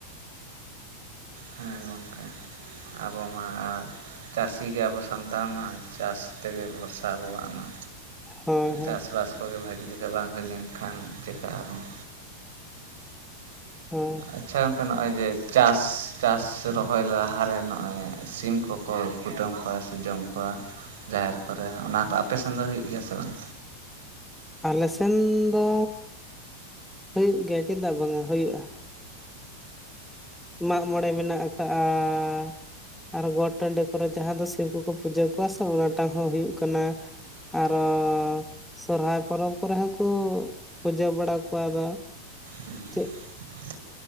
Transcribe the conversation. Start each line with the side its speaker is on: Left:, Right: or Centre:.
Right: ᱦᱮᱸ ᱜᱚᱢᱠᱮ ᱟᱵᱚ ᱢᱟ ᱟᱨ ᱪᱟᱹᱥᱤ ᱜᱮ ᱟᱵᱚ ᱥᱟᱱᱛᱟᱲ ᱢᱟ ᱪᱟᱥ ᱛᱮᱜᱮ ᱵᱷᱚᱨᱥᱟ ᱟᱵᱚᱣᱟᱜ ᱢᱟ
Centre: ᱦᱳᱭ ᱦᱳᱭ
Right: ᱪᱟᱥᱼᱵᱟᱥ ᱠᱚᱜᱮ ᱵᱷᱟᱹᱜᱤ ᱞᱮᱠᱟ ᱵᱟᱝ ᱦᱩᱭ ᱞᱮᱱᱠᱷᱟᱱ ᱪᱮᱠᱟ ᱟᱨ ᱦᱚᱸ
Centre: ᱦᱮᱸ <unintelligible>
Right: ᱟᱪᱪᱷᱟ ᱜᱚᱝᱠᱮ ᱱᱚᱜᱼᱚᱭ ᱡᱮ ᱪᱟᱥ ᱪᱟᱥ ᱨᱚᱦᱚᱭ ᱞᱟᱦᱟᱨᱮ ᱱᱚᱜᱼᱚᱭ ᱥᱤᱢ ᱠᱚ ᱠᱚ ᱠᱩᱴᱟᱹᱢ ᱠᱚᱣᱟ ᱥᱮ ᱡᱚᱢ ᱠᱚᱣᱟ ᱡᱟᱦᱮᱨ ᱠᱚᱨᱮ ᱚᱱᱟ ᱫᱚ ᱟᱯᱮ ᱥᱮᱱ ᱫᱚ ᱦᱩᱭᱩᱜ ᱜᱮᱭᱟ ᱥᱮ ᱵᱟᱝ
Centre: ᱟᱞᱮ ᱥᱮᱱ ᱫᱚ ᱦᱩᱭᱩᱜ ᱜᱮᱭᱟ ᱪᱮᱫᱟᱜ ᱵᱟᱝᱟ ᱦᱩᱭᱩᱜᱼᱟ ᱢᱟᱜ ᱢᱚᱬᱮ ᱢᱮᱱᱟᱜ ᱟᱠᱟᱜᱼᱟᱻᱟ ᱟᱨ ᱜᱚᱴ ᱴᱟᱺᱰᱤ ᱠᱚᱨᱮ ᱡᱟᱦᱟᱸ ᱫᱚ ᱥᱤᱵ ᱠᱚᱠᱚ ᱯᱩᱡᱟᱹ ᱠᱚᱣᱟ ᱥᱮ ᱚᱱᱟᱴᱟᱝ ᱦᱚᱸ ᱦᱩᱭᱩᱜ ᱠᱟᱱᱟ ᱟᱨᱚᱻᱚ ᱥᱚᱨᱦᱟᱭ ᱯᱚᱨᱚᱵᱽ ᱠᱚᱨᱮ ᱦᱚᱸᱠᱚ ᱯᱩᱡᱟᱹ ᱵᱟᱲᱟ ᱠᱚᱣᱟ ᱟᱫᱚ
Right: ᱦᱮᱸ <unintelligible>
Centre: ᱪᱮᱫ